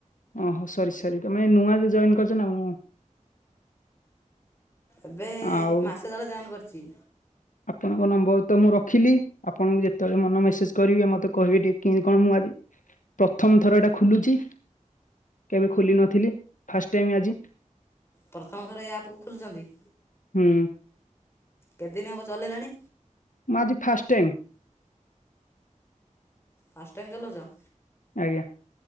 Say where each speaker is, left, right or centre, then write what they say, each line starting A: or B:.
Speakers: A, on the left; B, on the left.
A: ଓ ହଁ ସରି ସରି ତମେ ନୂଆ ରୁ ଜଏନ୍ କରିଛ ନା ମୁଁ
B: ଏବେ
A: ଆଉ
B: ମାସେ ତଳେ ଯଏନ କରିଛି।
A: ଆପଣଙ୍କ ନମ୍ବର ତ ମୁଁ ରଖିଲି ଆପଣଙ୍କୁ ଯେତେବେଳେ ମନ ମେସେଜ କରିବେ ମତେ କହିବେ ଟିକେ କେମତି କଣ, ମୁଁ ଆଜି, ପ୍ରଥମ ଥର ଏଇଟା ଖୋଲୁଚି। କେବେ ଖୋଲି ନଥିଲି, ଫାଷ୍ଟ ଟାଇମ ଆଜି।
B: ପ୍ରଥମ ଥର ଏ ଆପକୁ ଖୁଲୁଚନ୍ତି?
A: ହୁଁ।
B: କେଦିନି ହବ ଚଲେଇଲେଣି?
A: ମୁ ଆଜି ଫାଷ୍ଟ ଟାଇମ୍।
B: ଫାଷ୍ଟ ଟାଇମ୍ ଚଲଉଚ?
A: ଆଜ୍ଞା।